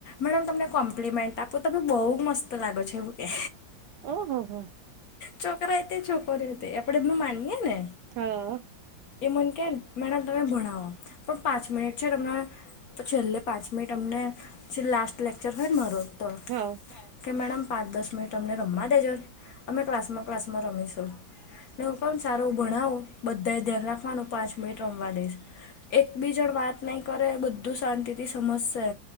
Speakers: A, on the left; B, on the right.
A: મેડમ તમને કોમ્પ્લિમેન્ટ આપવું તમે બહુ મસ્ત લાગો છે કે
B: ઓહ હો હો.
A: છોકરા એ તે છોકરી હતી આપડે એમનું માનીયે ને
B: હા
A: એ મને કે મેડમ તમે ભણાવો પણ પાંચ મિનિટ છે તમને પછીલ્લે પાંચ મિનિટ અમને પછી લાસ્ટ લેક્ચર હોય ને મારો તો
B: હા
A: કે મેડમ પાંચ દસ મિનિટ અમને રમવા દેજો અમે ક્લાસમાં ક્લાસમાં રમીશું નવું કામ સારું ભણાવો બધા ધ્યાન રાખવાનું પાંચ મિનિટ રમવા દઈશ એક બીજણ વાત નહીં કરે બધું શાંતિથી સમજશે